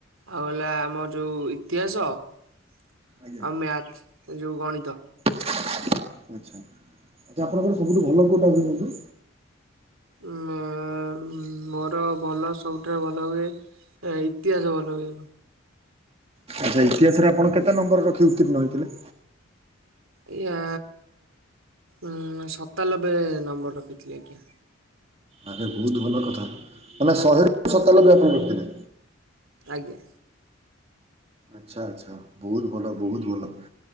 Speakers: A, on the right (about 75°); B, on the right (about 30°).
A: ଆଉ ହେଲା ଆମର ଯେଉଁ ଇତିହାସ। ଆଉ
B: ଆଜ୍ଞା
A: ମ୍ୟାଥ ଯୋଉ ଗଣିତ।
B: ଆଚ୍ଛା ଆଚ୍ଛା, ଆପଣଙ୍କର ସବୁଠୁ ଭଲ କେଉଁଟା ବୁଝନ୍ତି
A: ମେ <unintelligible> ଉ ମୋର ଭଲ ସବୁଠାରୁ ଭଲ ହୁଏ, ଇତିହାସ ଭଲ ହୁଏ।
B: ଆଛା ଇତିହାସରେ ଆପଣ କେତେ ନମ୍ବର ରଖି ଉତୀର୍ଣ ହେଇଥିଲେ।
A: ଆଜ୍ଞା ଉ ସତାନବେ ନମ୍ବର ରଖିଥିଲି, ଆଜ୍ଞା।
B: ଆରେ ବହୁତ ଭଲ କଥା ମାନେ ଶହେରୁ ସତାଲବେ ଆପଣ ରଖିଥିଲେ
A: ଆଜ୍ଞା।
B: ଆଛା ଆଛା, ବହୁତ ଭଲ ବହୁତ ଭଲ